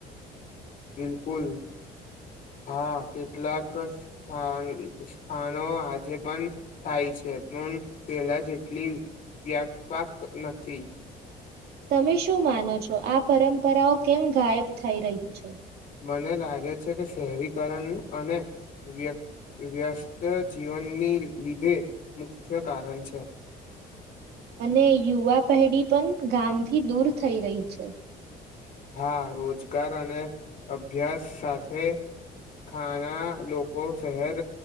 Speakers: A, on the left (about 55°); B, on the right (about 70°).
A: બિલકુલ હા કેટલાક સ્થા સ્થાનો આજે પણ થાય છે પણ પહેલા જેટલી વ્યાકપાક નથી.
B: તમે શું માનો છો આ પરંપરાઓ કેમ ગાયબ થઈ રહી છે.
A: મને લાગે છે કે શહેરીકરણ અને વય વ્યસ્ત જીવનની લીધે મુખ્ય કારણ છે.
B: અને યુવા પેઢી પણ ગામથી દૂર થઈ રહી છે.
A: હા રોજગાર અને અભ્યાસ સાથે ખાણા લોકો શહેર